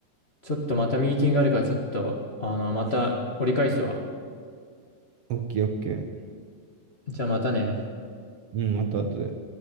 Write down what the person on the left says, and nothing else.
ちょっとまたミーティングがあるから、ちょっと、あの、また折り返すわ。
じゃあまたね。